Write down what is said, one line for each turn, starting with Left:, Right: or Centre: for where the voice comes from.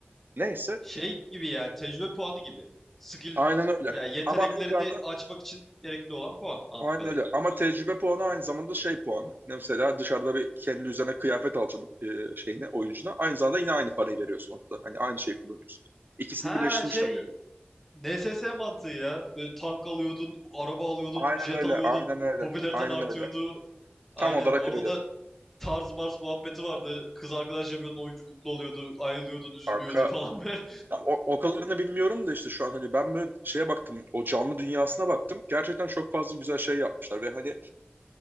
Right: Neyse
Centre: Şey gibi yani tecrübe puanı gibi. Skill
Right: aynen öyle.
Centre: yani yeteneklerini
Right: Ama aynı zamanda
Centre: açmak için gerekli olan puan anladığım
Right: aynen
Centre: kadarıyla.
Right: öyle. Ama tecrübe puanı aynı zamanda şey puanı. Mesela dışarıda bir kendi üzerine kıyafet alacaksın e, şeyine, oyuncuna. Aynı zamanda yine aynı parayı veriyorsun orada. Hani aynı şeyi kullanıyorsun. İkisini
Centre: Ha
Right: birleştirmişler
Centre: şey
Right: yani.
Centre: NSS mantığı ya. E, tank alıyordun, araba alıyordun,
Right: Aynen
Centre: jet
Right: öyle,
Centre: alıyordun,
Right: aynen öyle,
Centre: popülariten
Right: aynen
Centre: artıyordu.
Right: öyle.
Centre: Aynen
Right: Tam olarak
Centre: orada
Right: öyle.
Centre: da tarz marz muhabbeti vardı. Kız arkadaş yapıyordun oyuncu mutlu oluyordu. Ayrılıyordun üzülüyordu
Right: Kanka
Centre: <laughs> falan böyle.
Right: Ya, o, o kadarını bilmiyorum da işte şu an hani ben böyle şeye baktım o canlı dünyasına baktım. Gerçekten çok fazla güzel şey yapmışlar ve hani